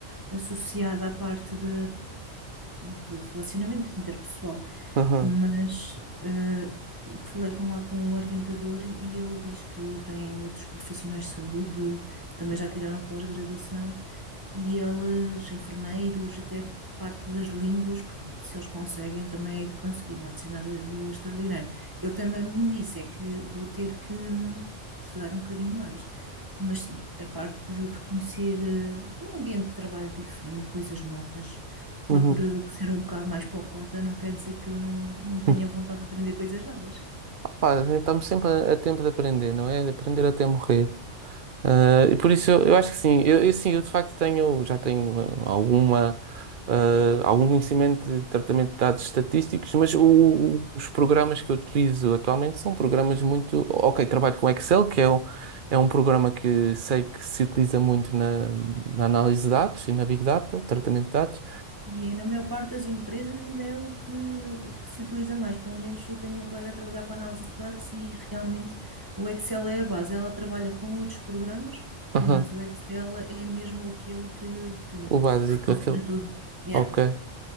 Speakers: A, on the right; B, on the right.
A: associada à parte de, de relacionamento interpessoal.
B: Aham,
A: Mas eh, falei com lá com o orientador e ele diz que tem outros profissionais de saúde, também já tiraram pós-graduação, e eles, enfermeiros, até parte das línguas, portanto, se eles conseguem, também hei de conseguir, não há de ser nada de extraordinário. Ele também me disse é que vou ter que hum, estudar um bocadinho mais, mas sim, a parte de conhecer eh, um ambiente de trabalho diferente, coisas novas,
B: uhum.
A: lá por eu ser um bocado mais pocota, não quer dizer que eu não, não tenha
B: <laughs>
A: vontade de aprender coisas novas.
B: Pá, estamos sempre a, a tempo de aprender, não é? De aprender até morrer. Ah, e por isso eu, eu acho que sim, eu, eu sim, eu de facto tenho, já tenho ah, alguma, ah, algum conhecimento de tratamento de dados estatísticos, mas o- o- os programas que eu utilizo atualmente são programas muito. Ok, trabalho com Excel, que é, o é um programa que sei que se utiliza muito na, na análise de dados e na Big Data, tratamento de dados.
A: E na maior parte das empresas ainda é o que se utiliza mais. Pelo menos eu tenho uma colega a trabalhar com análise de dados e realmente o Excel é a base. Ela trabalha com outros programas,
B: Aham,
A: mas o Excel é mesmo aquele que, que
B: o básico,
A: recorre
B: aquele.
A: para tudo. Yeah.
B: Ok.